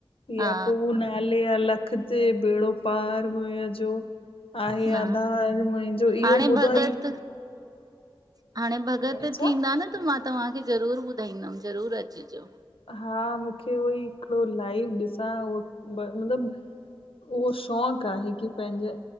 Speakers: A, on the right; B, on the left.
A: हा
B: या पोइ न लेया लख ते बेड़ो थी। पार मुंहिंज जो आहे
A: न
B: आधार मुंहिंजो इहो
A: हाणे
B: ॿुधो
A: भगत
B: ई
A: हाणे भॻत
B: छा?
A: थींदा न त मां तव्हांखे ज़रूर ॿुधाईंदंम ज़रूर अचिजो।
B: हा मूंखे उहोई हिकिड़ो लाइव ॾिसां उह मतलब उहो शौक़ आहे की पंहिंजे